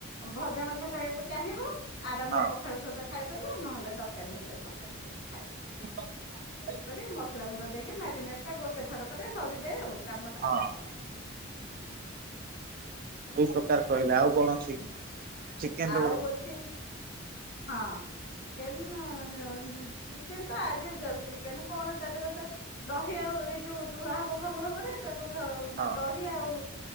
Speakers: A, on the left (about 55°); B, on the right (about 45°).
A: ଭଜା ମାଛ ଖାଇବାକୁ ଚାହିଁବ ଆରାମରେ
B: ହଁ
A: ପଖାଳ ତା ସହିତ ଖାଇପାରିବ ନହେଲେ ତରକାରୀ ହେଲେ ତରକାରୀ ଖାଇବ।
B: ହ
A: ତେଣୁ କରି ମସଲା ଗୁଣ୍ଡ ଦେଇକି ମ୍ୟାରିନେଟ୍ ଟା ଗୋଟେ ଥରକରେ ସରିଯାଏ ଆଉ କାମଟା
B: ହଁ।
A: ଆଉ ହୁଁ।
B: ଏଇ ପ୍ରକାର କହିଲେ ଆଉ କଣ ଅଛି କି? ଚିକେନ
A: ଆଉ
B: ର ଗୋଟେ
A: ଅଛି ହଁ। ଚିକେନ ଚିକେନ ତ ଆଯା ଉଜାଲ ଚିକେନ କଣ ତା ଦେହରେ ତ ଦହି ଆଉ ଏଇ ଯୋଉ ଧୁଆ ହବ ଭଲ ଭାବରେ ତାକୁ
B: ହଁ
A: ଦହି ଆଉ